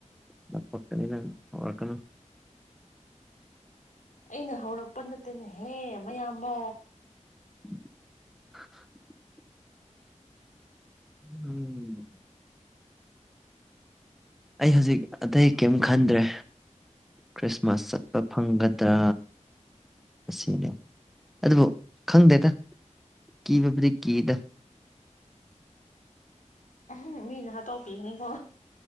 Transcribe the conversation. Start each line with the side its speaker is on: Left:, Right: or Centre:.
Centre: <unintelligible>
Left: ꯑꯩꯅ ꯍꯧꯔꯛꯄ ꯅꯠꯇꯦꯅꯦꯍꯦ ꯃꯌꯥꯝꯕ
Centre: <unintelligible> ꯎꯝ ꯑꯩ ꯍꯧꯖꯤꯛ ꯑꯇꯩ ꯀꯔꯤꯝ ꯈꯟꯗ꯭ꯔꯦ ꯈ꯭ꯔꯤꯁꯃꯥꯁ ꯆꯠꯄ ꯐꯪꯒꯗ꯭ꯔꯥ ꯑꯁꯤꯅꯦ ꯑꯗꯨꯕꯨ ꯈꯪꯗꯦꯗ ꯀꯤꯕꯕꯨꯗꯤ ꯀꯤꯗ
Left: ꯎꯝꯍꯨ ꯃꯤꯅ ꯍꯥꯠꯗꯣꯛꯄꯤꯒꯅꯤꯀꯣ